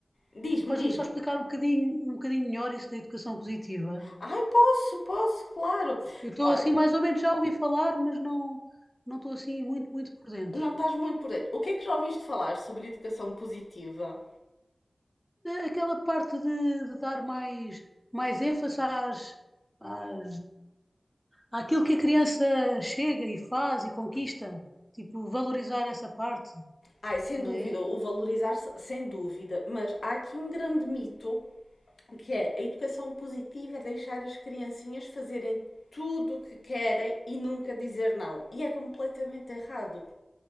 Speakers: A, on the left; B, in the centre.
A: Diz-me,
B: podes-me
A: diz-me.
B: só explicar um bocadinho, um bocadinho melhor isso da educação positiva?
A: Ai, posso, posso, claro.
B: Eu estou
A: Olha,
B: assim, mais ou menos, já ouvi falar, mas não não estou assim muito, muito por dentro.
A: Não estás muito por dentro. O que é que já ouviste falar sobre educação positiva?
B: Aquela parte de, de dar mais, mais ênfase às, às, aquilo que a criança chega e faz e conquista, tipo, valorizar essa parte,
A: Ai, sem
B: não
A: dúvida,
B: é?
A: o valorizar-se, sem dúvida. Mas há aqui um grande mito que é a educação positiva é deixar as criancinhas fazerem tudo o que querem e nunca dizer não. E é completamente errado.